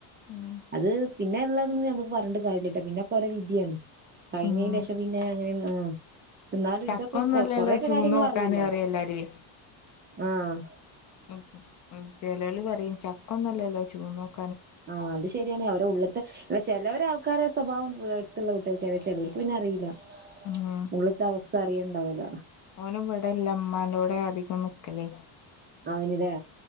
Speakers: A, on the left; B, on the right.
A: ഉം
B: അത് പിന്നെള്ളതൊന്നും ഞമ്മക്ക് പറഞ്ഞിട്ട് കാര്യല്ലട്ടോ. പിന്നെക്കെ ഒരോ വിധ്യാണ്. കഴിഞ്ഞേൻ്റെഷം
A: ഉം
B: പിന്നെ അങ്ങനേം. ആഹ് എന്നാലും
A: ചക്കൊന്നുംല്ലല്ലോ
B: ഇതൊക്കെ കൊ കൊറയക്കെ
A: ചൂന്ന്
B: കാര്യങ്ങളറിയല്ലോ.
A: നോക്കാന് പറയും എല്ലാരുവേ
B: ആഹ്.
A: ഉം ഉം ചെലോല് പറയും ചക്കൊന്നുംല്ലല്ലോ ചൂഴ്ന്നോക്കാൻ
B: ആഹ് അത് ശര്യാണ്. അവരുടെ ഉള്ള്ത്തെ അല്ല ചെലോര് ആൾക്കാരെ സ്വഭാവം ഏഹ് അട്ത്തുള്ള വീട്ടോർക്കറിയാം. ചെലോർക്ക് പിന്നെ അറിയില്ല.
A: ഉം
B: നമ്മള് ഇപ്പഅവസ്ഥ അറിയൽണ്ടാവൂല.
A: ഓനും ഇവിടെ ഇല്ല. ഇമ്മാൻ്റോടെ അധികം നിക്കലെ.
B: അവന് ലെ.